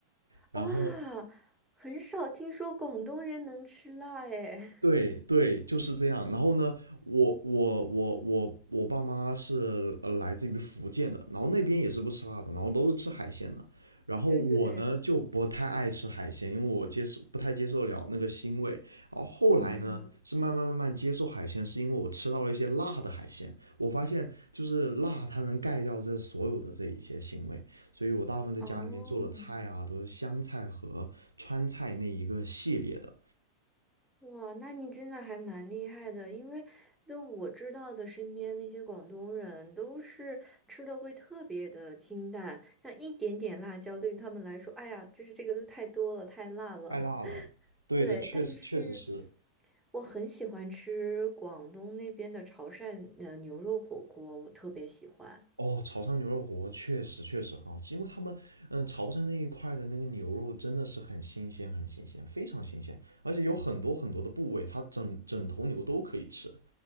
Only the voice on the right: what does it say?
然后
对对，就是这样。然后呢，我我我我我爸妈是呃来自于福建的，然后那边也是不吃辣的，然后都是吃海鲜的。然后我呢就不太爱吃海鲜，
因为我接受不太接受了那个腥味。然后后来呢是慢慢慢慢接受海鲜，
是因为我吃到了一些辣的海鲜，我发现就是辣它能盖掉这所有的这一些腥味，所以我大部分在家里面做了菜啊，
都是湘菜和川菜那一个系列的。
太辣了。
对的，
确实确实是。
哦，潮汕牛肉火锅确实确实很好吃，因为他们嗯潮汕那一块的那个牛肉真的是很新鲜，很新鲜，非常新鲜，而且有很多很多的部位，它整整头牛都可以吃。